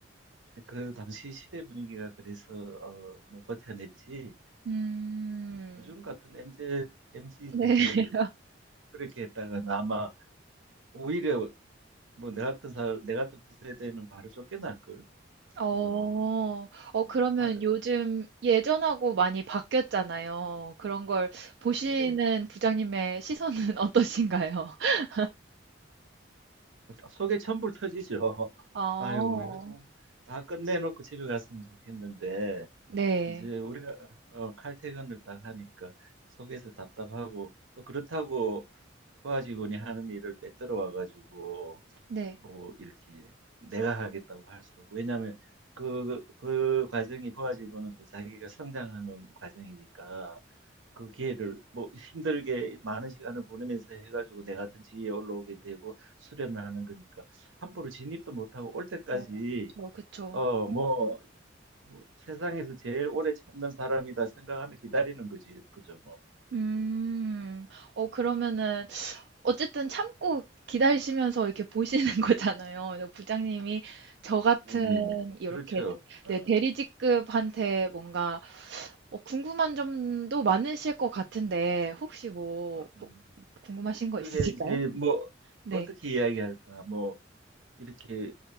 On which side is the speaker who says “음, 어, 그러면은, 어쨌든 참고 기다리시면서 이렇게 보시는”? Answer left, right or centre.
Right